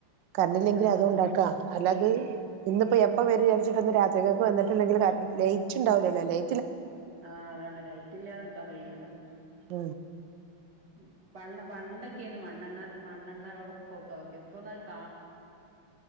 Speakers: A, on the right; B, on the right.
A: കറണ്ടില്ലെങ്കി
B: ആഹ്
A: അതും ഉണ്ടാക്കാ അല്ലാ അത്. ഇന്ന് ഇപ്പൊ എപ്പോ വരുംന്ന് വിചാരിച്ചിട്ടാ. ഇന്ന് രാത്രിക്കക്ക് വന്നിട്ടുണ്ടെങ്കില് കറൻ ലൈറ്റ് ഉണ്ടാവില്ലല്ലോ ലൈ
B: ആ അതാണ് ലൈറ്റ് ഇല്ലാതെ നിക്കാൻ കഴിയൂല്ലല്ലോ
A: ആ
B: ഉം പണ്ണ് പണ്ടൊക്കെയാണ് മൺ ണ്ണെണ്ണ മണ്ണെണ്ണ വെളൊക്കൊക്കെ വയ്ക്ക. ഇപ്പൊന്നും അത് കാ